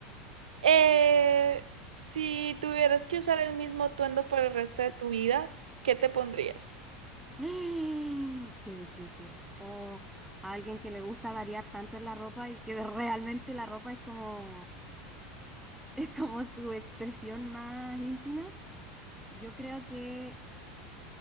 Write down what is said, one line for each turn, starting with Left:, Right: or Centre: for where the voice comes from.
Right: eh, si tuvieras que usar el mismo atuendo por el resto de tu vida, ¿qué te pondrías?
Centre: <gasps> Qué difícil. Oh, a alguien que le gusta variar tanto en la ropa y que <laughs> realmente la ropa es como, es como su expresión más íntima. Yo creo que